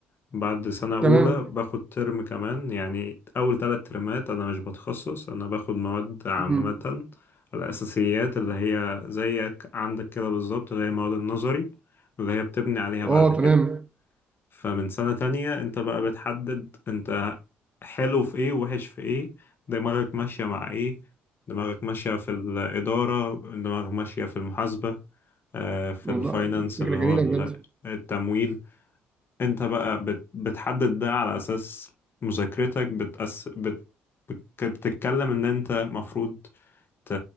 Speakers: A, on the left (about 40°); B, on the right (about 20°).
A: بعد سنة أولى
B: تمام
A: باخد ترم كمان يعني أول تلات ترمات أنا مش بتخصص أنا باخد مواد عامة
B: امم
A: الأساسيات اللي هي زيك عندك كده بالظبط اللي هي مواد النظري اللي هي بتبني عليها بعد
B: اه
A: كده
B: تمام
A: فمن سنة تانية أنت بقى بتحدد أنت حلو في إيه ووحش في إيه دماغك ماشية مع إيه دماغك ماشية في الإدارة دماغك ماشية في المحاسبة آه، في
B: موضوع
A: الفاينانس
B: فكره
A: اللي
B: جميله
A: هو
B: بجد
A: التمويل انت بقى بت... بتحدد ده على اساس مذاكرتك بتأس... بت... بت- بتتكلم ان انت مفروض ت...